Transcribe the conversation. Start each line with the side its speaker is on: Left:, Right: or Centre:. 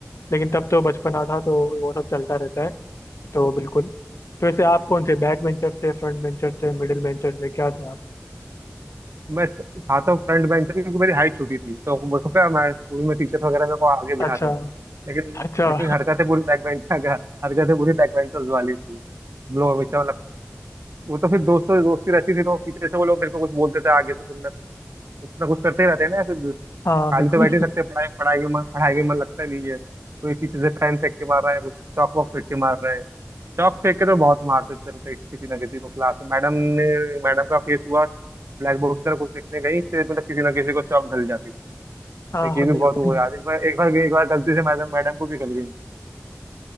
Left: लेकिन तब तो बचपना था तो वो सब चलता रहता है तो बिल्कुल तो वैसे आप कौन थे बैक वेंचर थे फ्रंट वेंचर थे मिडिल वेंचर थे क्या थे आप
Right: मैं त- था तो फ्रंट बेंचर क्योंकि मेरी हाइट छोटी थी तो मेरे को क्या हमारे स्कूल में टीचर वगैरह मेरे को आगे बिठाते
Left: अच्छा
Right: थे लेकिन
Left: अच्छा
Right: लेकिन हरकतें पूरी बैक बेंच <laughs> हरकतें पूरी बैक बेंचर्स वाली थी हम लोग हमेशा मतलब वो तो फिर दोस्तों दोस्ती रहती थी तो पीछे से वो लोग मेरे को कुछ बोलते थे आगे तो फिर मैं कुछ कुछ ना कुछ करते ही रहते हैं ना फिर
Left: हाँ
Right: खाली
Left: बिल्कुल
Right: तो बैठ ही सकते हैं पढ़ाई पढ़ाई के मन पढ़ाई के मन लगता नहीं है कोई पीछे से पेन फेंक के मार रहा है कुछ चौक वॉक फेंक के मार रहा है चौक फेंक के तो बहुत मारते थे तो किसी ना किसी को क्लास में मैडम ने मैडम का फेस हुआ ब्लैक बोर्ड की तरफ कुछ लिखने गई तो मतलब किसी ना किसी को चौक गल जाती थी
Left: हाँ
Right: एक ये
Left: हाँ
Right: भी
Left: बिल्कुल
Right: बहुत हुआ यार एक बार एक बार गई एक बार गलती से मैडम मैडम को भी गल गई थी